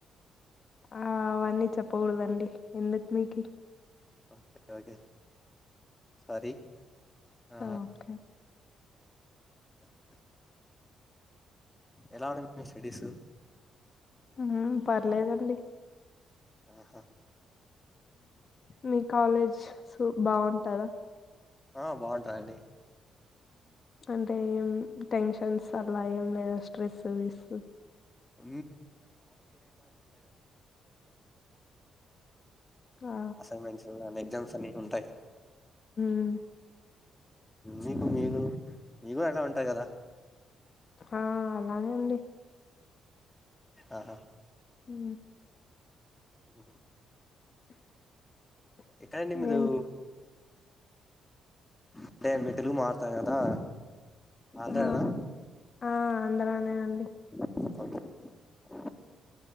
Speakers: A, on the left; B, on the left.
A: ఆ అవన్నీ చెప్పకూడదండి ఎందుకు మీకి
B: ఓకే ఓకే సారీ ఆ
A: ఓకే
B: ఎలా ఉంది మీ స్టడీస్
A: ఆ పర్లేదండి
B: ఆహా
A: మీ కాలేజ్స్ బాగుంటద
B: ఆ బాగుంటాయండి
A: అంటే ఏం టెన్షన్స్ అల ఏం లేవ స్ట్రెసు <unintelligible>
B: <inaudible>
A: ఆ
B: అసైన్మెంట్స్ అ ఎగ్జామ్స్ అని ఉంటాయి
A: హు
B: మీకు మీగు మీగు అల ఉంటాయి కదా
A: ఆ అలనే అండి
B: ఆహా
A: హు
B: బ
A: <unintelligible>
B: ఎక్కడ ఆండీ
A: నేను
B: మీరు అంటే మీరు తెలుగు మాట్లాడుతునారు కదా ఆంధ్ర
A: ఆ
B: న
A: ఆ ఆంధ్రానే అండి
B: గ